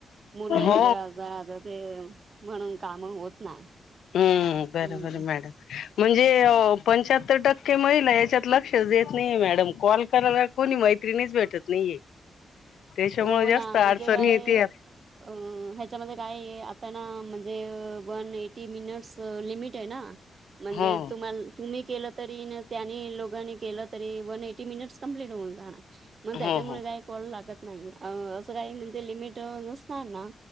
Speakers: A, on the right (about 55°); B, on the left (about 80°).
A: मुल
B: हो
A: वगैरे असतात आ ते म्हणून काम होत नाही
B: हम्म बर-बर
A: हम्म
B: मॅडम म्हणजे पंच्याहत्तर टक्के महिला याच्यात लक्ष -क्षच देत नाहीये मॅडम. कॉल करायला कोणी मैत्रिणीच भेटत नाहीये. त्याच्यामुळे
A: हो
B: जास्त
A: ना.
B: अडचणी
A: म्हणजे काय
B: येते
A: अ ह्याच्यामध्ये काय ए आता ना म्हण- ते वन एटी मिनिटस लिमिट आहे ना? म्हणजे
B: हो
A: तुम्हाला- तुम्ही केलं तरी न त्यांनी लोकांनी केलं तरी, वन एटी मिनिट्स कमप्लीट होऊन जाणार. मग त्याच्यामुळे
B: हो हो
A: काही कॉल लागत नाही. अं असं काही म्हणजे, लिमिट न - स्ताना ना